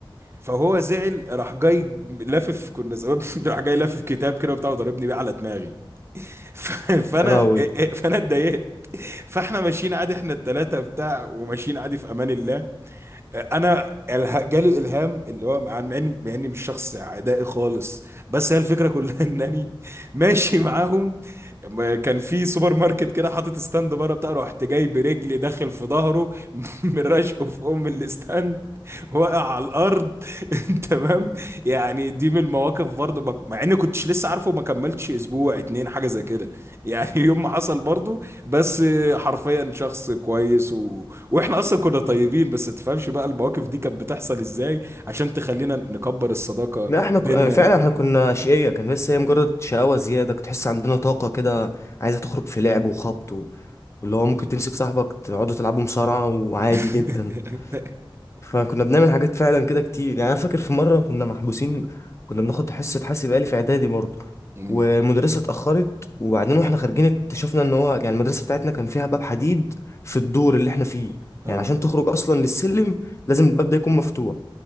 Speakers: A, on the right; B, on the left.
A: فهو زعل راح جاي لافف كنا زمان <laughs> راح جاي لافف كتاب كده وبتاع وضربني بيه على دماغي <laughs> ف- فانا
B: يا لهوي
A: إيه، إيه، فانا اتضايقت فاحنا ماشيين عادي احنا التلاتة بتاع وماشيين عادي في امان الله انا اله- جالي الهام اللي هو مع مع اني مع اني مش شخص عدائي خالص بس هي الفكره كلها <laughs> انني ماشي معاهم ما كان في سوبر ماركت كده حاطط ستاند بره بتاع رحت جاي برجلي داخل في ظهره <laughs> من رشقه في ام الاستاند واقع على الارض <laughs> تمام يعني دي من المواقف برضو بك... مع اني كنتش لسه عارفه ما كملتش اسبوع اتنين حاجه زي كده يعني <laughs> يوم ما حصل برضو بس حرفيا شخص كويس واحنا اصلا كنا طيبين بس تفهمش بقى المواقف دي كانت بتحصل ازاي عشان تخلينا نكبر الصداقة
B: لا احنا
A: بينا
B: ك... آه، فعلا احنا كنا اشقية كان بس هي مجرد شقاوة زيادة كنت تحس عندنا طاقة كده عايزة تخرج في لعب وخبط و... واللي هو ممكن تمسك صاحبك تقعدوا تلعبوا مصارعة وعادي
A: <laughs>
B: جدا فكنا بنعمل حاجات فعلا كده كتير يعني انا فاكر في مرة كنا محبوسين كنا بناخد حصة حاسب آلي في اعدادي برضه
A: أمم.
B: والمدرسة اتأخرت وبعدين واحنا خارجين اكتشفنا ان هو يعني المدرسة بتاعتنا كان فيها باب حديد في الدور اللي احنا فيه
A: اه
B: يعني عشان تخرج اصلا للسلم لازم الباب ده يكون مفتوح